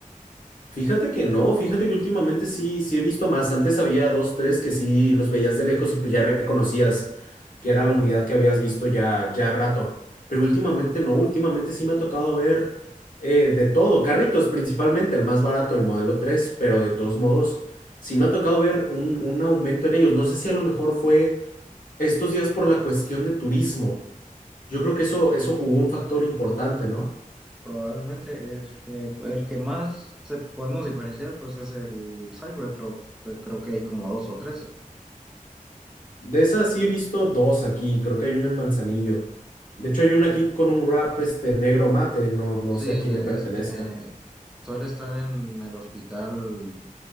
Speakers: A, on the left; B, in the centre.
A: Fíjate que no, fíjate que últimamente sí, sí he visto más. Antes había dos, tres que sí los veías de lejos y pues ya reconocías que era la unidad que habías visto ya, ya rato. Pero últimamente no, últimamente sí me ha tocado ver eh, de todo. Carritos principalmente, el más barato, el modelo 3. pero de todos modos sí me ha tocado ver un, un aumento en ellos. No sé si a lo mejor fue estos días por la cuestión de turismo. Yo creo que eso, eso jugó un factor importante, ¿no?
B: Probablemente este, el que más se podemos diferenciar pues es el Cybertruck, que creo que hay como dos o tres.
A: De esas sí he visto dos aquí, creo que hay una en Manzanillo. De hecho, hay una aquí con un wrap este negro mate, no, no
B: Sí,
A: sé a quién le pertenezca.
B: este suele estar en el Hospital